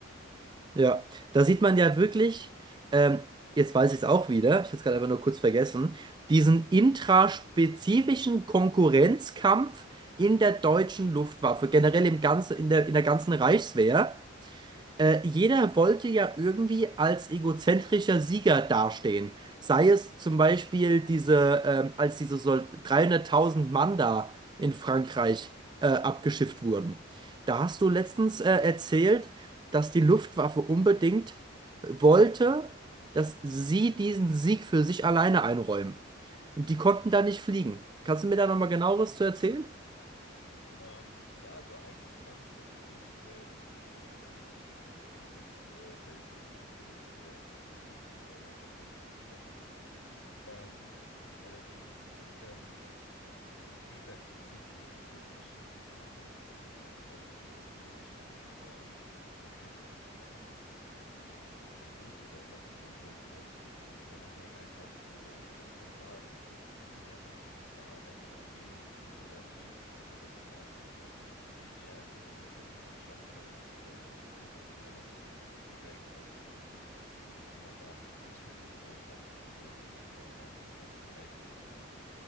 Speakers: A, on the right (about 20°); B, on the left (about 70°).
A: Ja, da sieht man ja wirklich, ähm, jetzt weiß ich es auch wieder, ich hätte es gerade einfach nur kurz vergessen, diesen intraspezifischen Konkurrenzkampf in der deutschen Luftwaffe, generell im ganzen, in der, in der ganzen Reichswehr. äh, jeder wollte ja irgendwie als egozentrischer Sieger dastehen. Sei es zum Beispiel diese, ähm, als diese Sol 300.000 Mann da in Frankreich äh, abgeschifft wurden. Da hast du letztens äh, erzählt, dass die Luftwaffe unbedingt wollte, dass sie diesen Sieg für sich alleine einräumen. Und die konnten da nicht fliegen. Kannst du mir da nochmal genaueres zu erzählen?
B: Ähm, ja, also eigentlich war das tatsächlich äh, von Göring einfach so befohlen, dass äh, da jetzt nicht geflogen werden kann, weil halt das Wetter zu schlecht ist. Ähm, allerdings, ähm, d- wie gesagt, dieses Egozentrische ist natürlich einfach in diesem Nat- Nazi-Regime ähm, so ein bisschen ein Muster, was sich erkennen lässt, weil das halt einfach so, da- das war, die Wehrmacht war eine Meritokratie, wenn man das so sagen kann. Also je mehr du tatsächlich geschafft hast, äh, desto schneller bist du in den Rängen aufgestiegen und je näher warst du <laughs> natürlich auch an den Oberbefehlshabern und hattest Einfluss.